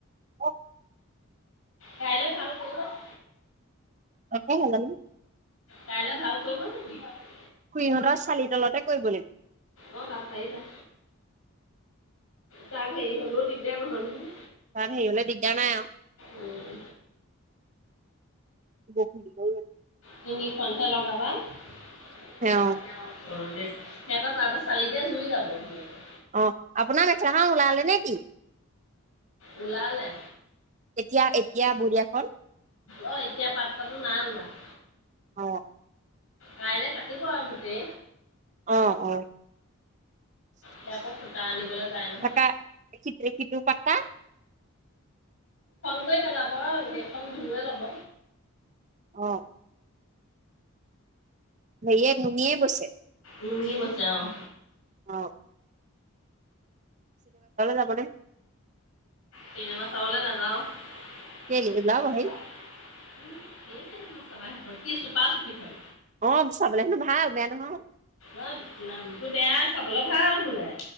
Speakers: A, on the right (about 35°); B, on the left (about 75°).
A: অহ',
B: কাইলৈ ভাল কৰিব।
A: অকল হৈ যাবি ন।
B: কাইলৈ ভাল কৰিব চাগে অহ',
A: খুৰীহঁতৰ চালি তলতে কৰিব লাগিব
B: তাত পাৰিবা। তাত হেৰি হ'লেও দিগদাৰ নহ'ল নহয়।
A: কাৰণ হেৰি হ'লে দিগদাৰ নাই আৰু।
B: উম,
A: বৰষুণ দিব ঔ',
B: তিনিখনহে লগাবা। অহ',
A: অ
B: দেচ সিহঁতৰ তাতে চালিতে জুই যাব ধুনীয়াকে।
A: অহ', আপোনাৰ মেখেলাখন ওলালে নে কি?
B: উলালে।
A: এতিয়া এতিয়া বঢ়িয়াখন
B: অহ', এতিয়া পাত্তাতো নাই ওলোৱা ।
A: অহ',
B: কাইলৈ কাটি পোৱা গোটে।
A: অহ', - অহ',
B: ইয়াৰ পৰা সূতা আনিবলৈ।
A: <unintelligible>
B: যায় নহয় কৈ পেলাব সেইখন বিল্লুৱে ল'ব।
A: অহ', সেয়ে নুনিয়ে বৈছে।
B: নুনি বয়ছে অহ',
A: অহ', যাবনে
B: চিনেমা চাবলে নাজাও। নেযাও
A: কেলে ওলাব হেই
B: উম সেই তেনে চাব সে কি চোপা চুপি হ'ল
A: অ চাবলৈ হেনো ভাল বেয়া নহয়
B: অ নামটো বেয়া চাবলৈ ভাল বোলে